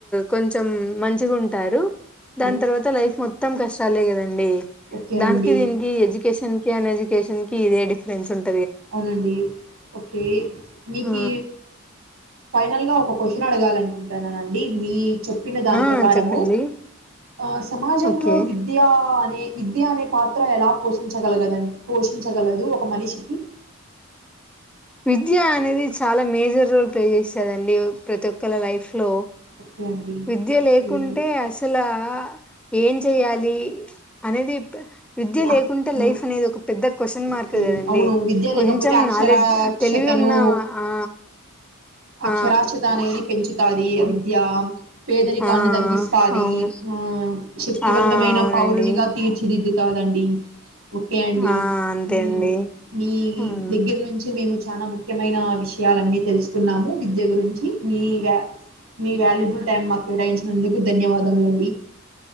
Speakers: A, in the centre; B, on the right.
A: కొంచం మంచిగా ఉంటారు.
B: ఓకే.
A: దాన్ తర్వాత్ త లైఫ్ మొత్తం కష్టాలే కదండి.
B: ఓకే
A: దానికి
B: అండి.
A: దీనికి ఎడ్యుకేషన్ ఎన్ ఎజుకషన్ కి ఇదే డిఫెసంది
B: అవునండి ఓకే మీకు
A: ఆ
B: ఫైనల్ గా ఒక క్వశ్చన్ అడగాల అనుకుంటాను ఆండి మీ చెప్పిన దాని
A: ఆ
B: ప్రకారము
A: చెప్పండి
B: ఆ సమాజంలో
A: ఓకే
B: విద్య అనే విద్య అనే పాత్ర ఎలా పోషించగలగదండి పోషించగలదు ఒక మనిషికి
A: విద్య అనేది చాలా మేజర్ రోల్ ప్లే చేసదండి ప్రతి ఒక్కరు లైఫ్ లో
B: ఓకే అండి.
A: విద్య లేకుంటే
B: ఓకే.
A: అస అసలా ఏం
B: ఓకే.
A: చెయాలి అనేది విద్య
B: ఓకే.
A: లేకుంటే
B: అక్
A: లైఫ్
B: ఆ!
A: అనేది ఒక పెద్ద క్వశ్చన్
B: ఓకే.
A: మార్క్ కదండి
B: అవును. విద్య
A: కొంచెం
B: లేకపోతే అక్షరాస్యతను
A: నాలెడ్జ్ తెలివి ఉన్నావా ఆ
B: అక్షరాక్షత
A: ఆ
B: అనేది పెంచుతది అ విద్య పేదరికాన్ని
A: ఆ
B: తగ్గిస్తది
A: అవును
B: ఆ శక్తివంతమైన
A: ఆ అవునండి
B: పౌరునిగా తీర్చిది కాదండి ఓకే అండి
A: ఆ అంతే
B: మీ
A: అండి
B: మీ
A: ఆ
B: దగ్గర నుంచి మేము చాలా ముఖ్యమైన విషయాలన్నీ తెలుసుకున్నాము విద్య గురించి మీ వ మీ వాల్యూబుల్ టైం మాకు కేటాయించినందుకు ధన్యవాదములండి